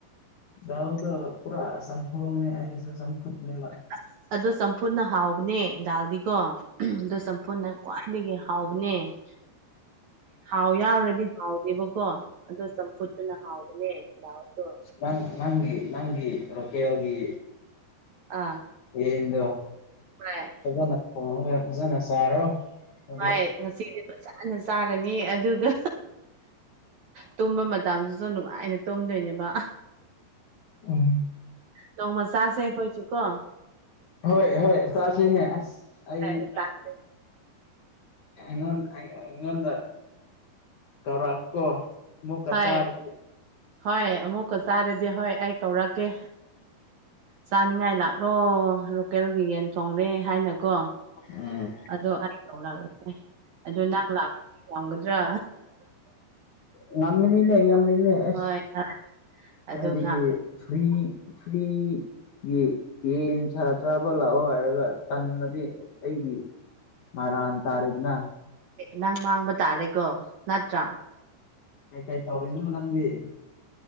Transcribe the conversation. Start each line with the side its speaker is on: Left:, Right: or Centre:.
Left: ꯗꯥꯜꯗꯨ ꯄꯨꯔꯥ ꯆꯝꯐꯨꯠꯅꯦꯕ
Right: ꯑꯁ ꯑꯗꯣ ꯆꯝꯐꯨꯅ ꯍꯥꯎꯕꯅꯦ ꯗꯥꯜꯗꯤꯀꯣ ꯑꯣ ꯆꯝꯐꯨꯅ ꯈ꯭ꯋꯥꯏꯗꯒꯤ ꯍꯥꯎꯕꯅꯦ <inaudible> ꯊꯥꯎ ꯌꯥꯎꯔꯗꯤ ꯍꯥꯎꯗꯦꯕꯀꯣ ꯑꯗꯣ ꯆꯝꯐꯨꯠꯇꯨꯅ ꯍꯥꯎꯕꯅꯦ ꯂꯥꯎꯗꯣ
Left: ꯅꯪ ꯅꯪꯒꯤ ꯅꯪꯒꯤ ꯂꯣꯀꯦꯜꯒꯤ꯫
Right: ꯑꯥ
Left: ꯌꯦꯟ ꯗꯣ
Right: ꯍꯣꯏ
Left: ꯐꯖꯅ ꯊꯣꯡꯉ ꯐꯖꯅ ꯆꯥꯔꯣ ꯑꯗꯨꯗꯤ
Right: ꯃꯥꯏ ꯉꯁꯤꯗꯤ ꯐꯖꯅ ꯆꯥꯔꯅꯤ ꯑꯗꯨꯒ ꯇꯨꯝꯕ ꯃꯇꯝꯁꯤꯁꯨ ꯅꯨꯡꯉꯥꯏꯅ ꯇꯨꯝꯗꯣꯏꯅꯦꯕ꯫
Left: ꯑꯪ
Right: ꯇꯣꯡꯪ ꯃ ꯆꯥꯁꯦꯈꯣꯏ ꯆꯨ ꯀꯣ
Left: ꯍꯣꯏ ꯍꯣꯏ ꯆꯥꯁꯦꯅꯦ ꯑ ꯑꯩ
Right: ꯍꯣꯏ ꯆꯥꯁꯦ
Left: ꯑꯩꯉꯣꯟ ꯑꯩꯉꯣꯟꯗ ꯀꯧꯔꯥꯛ ꯀꯣ ꯑꯃꯨꯛꯀ
Right: ꯍꯣꯏ
Left: ꯆꯥꯔ
Right: ꯍꯣꯏ ꯑꯃꯨꯛꯀ ꯆꯥꯔꯗꯤ ꯍꯣꯏ ꯑꯩ ꯀꯧꯔꯛꯀꯦ ꯆꯥꯅꯤꯡꯉꯥꯏ ꯂꯥꯛꯂꯣ ꯂꯣꯀꯦꯜꯒꯤ ꯌꯦꯟ ꯊꯣꯡꯡꯂꯦ ꯍꯥꯏꯅ ꯀꯣ
Left: ꯎꯝ
Right: ꯑꯗꯣ ꯂꯥꯛꯂ ꯑꯗꯨ ꯅꯪ ꯂꯥꯛꯄ ꯌꯥꯝꯒꯗ꯭ꯔꯥ
Left: ꯉꯝꯅꯤꯅꯦ ꯉꯅꯤꯅꯦ ꯑꯁ
Right: ꯍꯣꯏ ꯍꯣꯏ ꯑꯗꯨꯒ
Left: ꯑꯗꯒꯤ ꯐꯔꯤ ꯐꯔꯤ ꯒꯤ ꯌꯦꯟꯁ ꯆꯥꯕ ꯂꯥꯛꯑꯣ ꯍꯥꯏꯔꯒ ꯇꯟꯗꯤ ꯑꯩꯒꯤ ꯃꯥꯔ ꯑ ꯇꯔꯦꯗꯅ
Right: ꯅꯪ ꯃꯥꯡꯕ ꯇꯥꯔꯦꯀꯣ ꯅꯠꯇ꯭ꯔꯥ
Left: ꯀꯩ ꯀꯩ ꯇꯧꯔꯤꯅꯣ ꯅꯪꯗꯤ